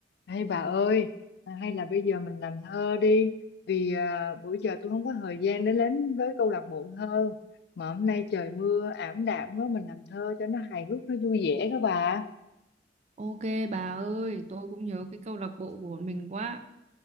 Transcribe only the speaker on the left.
Hay bà ơi, à, hay là bây giờ mình làm thơ đi, vì à, bữa giờ tôi không có thời gian để đến với câu lạc bộ thơ, mà hôm nay trời mưa ảm đạm quá, mình làm thơ cho nó hài hước, nó vui vẻ các bà.